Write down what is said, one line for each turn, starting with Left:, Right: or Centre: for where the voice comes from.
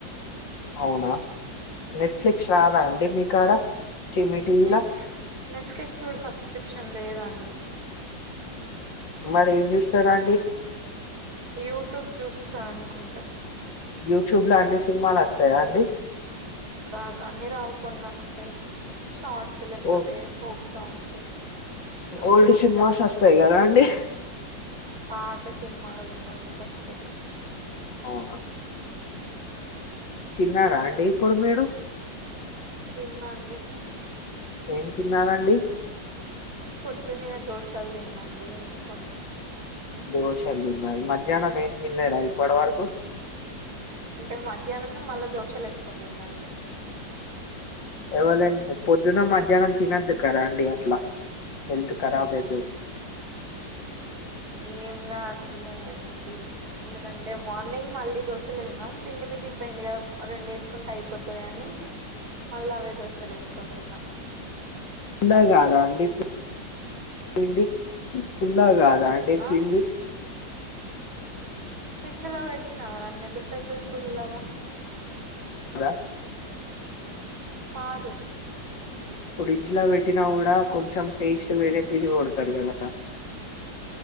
Left: ఔనా నెట్ఫ్లిక్స్ రాదా అండి మీకాడ చి మీ టీవీలో
Right: నెట్ నెట్ఫ్లిక్స్ కూడ్ సబ్స్క్రిప్షన్ లేదండి
Left: మరేంజూస్తరండి
Right: యువ్టూబ్ జూస్తా అనుకుంట
Left: యువ్టూబ్ల అన్ని సిన్మాలొస్తయా అండి
Right: రాక్ అన్ని రావ్ కొన్నొస్తయ్ షార్ట్స్ లేకపొతె
Left: ఓ
Right: ఫోక్ సాంగ్స్ అవి
Left: ఓల్డ్
Right: వింటా
Left: సిన్మాసొస్తయి గదండి
Right: పాత సిన్మాలవి ఎమన్నుంటొస్తయ్
Left: అవునా తిన్నారా అండి ఇప్పుడు మీరు
Right: తిన్నా అండి
Left: ఏం తిన్నారండి
Right: పొద్దునే దోషల్ దిన్నండి ఏస్కొని
Left: దోశల్ దిన్నారు మధ్యానం ఏం తిన్లేదా ఇప్పడ్ వరకు
Right: అంటె మధ్యానమె మళ్ళ దోషలేస్కొని దిన్నాండి
Left: ఎవలన్ పొద్దున మధ్యానం తినద్దు కదాండి అట్ల హెల్త్ ఖరాబైతది
Right: ఏం గాద్ లేండి ఎందుకంటె మార్నింగ్ మళ్ళి దోశలె దిన్నాం పిండి మిగిల్పెయ్ ది గదప్ రెండేస్కుంటె అయిపోతదని మళ్ళా అవ్వే దోషాలేస్కోన్ దిన్న
Left: ఫుల్లగాదా అండి పిండి ఫుల్లగాద్ దామడి
Right: ఆ
Left: పిండి
Right: ఫ్రిజ్జ్ లో పెట్టిన గదండి ఎందుకైతది పుల్లగ
Left: కద
Right: కాదు
Left: ఫ్రిడ్జ్ ల వెట్టినా గూడా కొంచం టేస్ట్ వేరే తిరి గొడతది గద